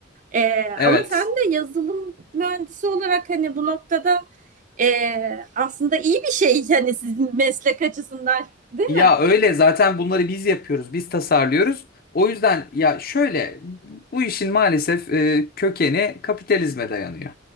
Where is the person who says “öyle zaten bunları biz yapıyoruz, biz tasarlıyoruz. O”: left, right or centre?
Left